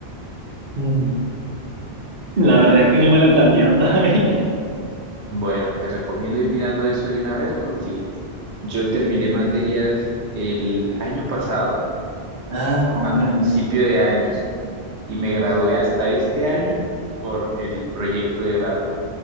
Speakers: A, on the right; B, on the right.
A: Mm, La verdad es que no me lo he planteado <laughs> todavía.
B: Bueno, te recomiendo ir mirando eso de una vez porque yo terminé materias el año pasado
A: Ah, comprendo.
B: a principio de años y me gradué hasta este año por el proyecto de grado.